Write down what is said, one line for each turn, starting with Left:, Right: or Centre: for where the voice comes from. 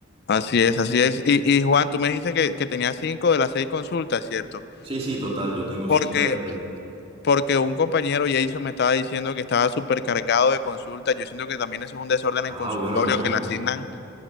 Left: Así
Right: Entonces,
Left: es, así es. Y, y Juan, tú me dijiste que, que tenía cinco de las seis consultas, ¿cierto?
Right: sí, sí, total, yo tengo
Left: Porque,
Right: cinco de las seis.
Left: porque un compañero, Jason, me estaba diciendo que estaba supercargado de consultas. Yo siento que también eso es un desorden
Right: Ah,
Left: en consultorio,
Right: bueno, no.
Left: que le asignan